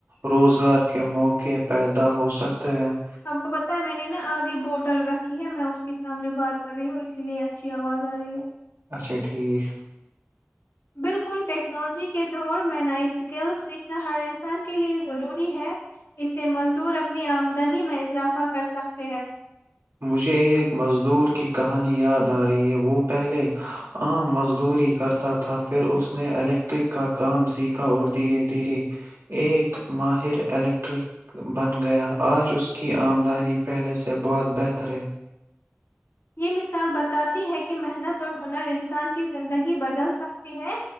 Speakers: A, on the right; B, on the left.
A: روزگار کے موقعے پیدا ہو سکتے ہیں <unintelligible>
B: آپ کو پتا ہے میں نے نا آگے بوٹل رکھی ہے میں اس کے سامنے بات کر رہی ہوں اسی لیے اچھی آواز آ رہی ہے <unintelligible>
A: اچھا ٹھیک <inaudible>
B: بالکل ٹیکنالوجی کے دور میں نئی سکل سیکھنا ہر انسان کے لئے ضروری ہے اسے مزدور اپنی آمدنی میں اضافہ کرسکتے ہیں <unintelligible>
A: مجھے ایک مزدور کی کہانی یاد آ رہی ہے وہ پہلے عام مزدوری کرتا تھا پھر اس نے الیکٹرک کا کام سیکھا اور دھیرے دھیرے ایک ماہر الیکٹرک بن گیا آج اس کی آمدنی پہلے سے بہت بہتر <unintelligible> اترے <inaudible>
B: یہ مثال بتاتی ہے کہ محنت اور ہنر انسان کی زندگی بدل سکتی ہے